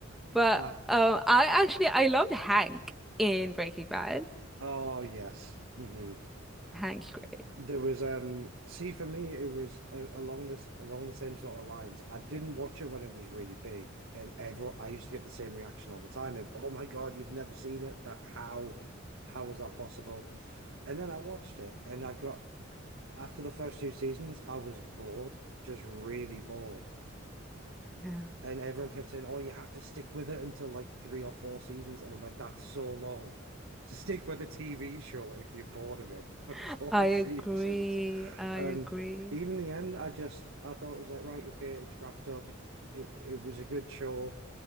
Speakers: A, in the centre; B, on the right (about 85°).
A: But
B: uh,
A: um, I actually I loved Hank in Breaking Bad.
B: oh yes. Mm-hmm.
A: Hank's great.
B: There was um see for me it was uh, along this along the same sort of lines. I didn't watch it when it was really big, and everyone I used to get the same reaction all the time of "Oh my God, you've never seen it! That how how is that possible?" And then I watched it, and I got after the first two seasons, I was bored, just really bored.
A: Yeah.
B: And everyone kept saying, "Oh, you have to stick with it until like three or four seasons," and I'm like, "That's so long." To stick with a TV show if you're bored of it for <laughs> four
A: <laughs> I agree.
B: seasons.
A: I
B: And
A: agree.
B: even the end, I just I thought it was like, right, okay, it's wrapped up. It it was a good show,